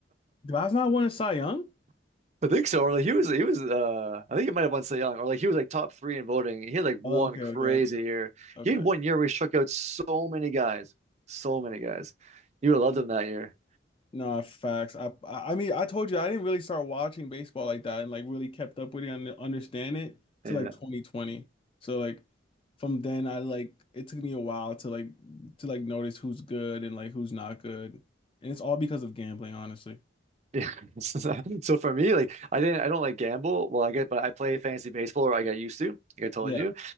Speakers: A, on the left; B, on the right.
A: Glasnow won a Cy Young?
B: <laughs> I think so. Or like he was, he was, uh, I think he might have won Cy Young, or like he was like top three in voting. He had like one
A: Oh, okay,
B: crazy
A: okay, okay,
B: year.
A: okay.
B: He had one year where he struck out so many guys, so many guys. You would have loved him that year.
A: No, facts. I, I I mean, I told you I didn't really start watching baseball like that and like really kept up with it and understand it till
B: Yeah.
A: like 2020. So like from then I like it took me a while to like to like notice who's good and like who's not good. And it's all because of gambling, honestly.
B: Yeah. <laughs> So for me, like I didn't, I don't like gamble. Well, I get, but I play fantasy baseball, or I got used to, like I told
A: Yeah.
B: you.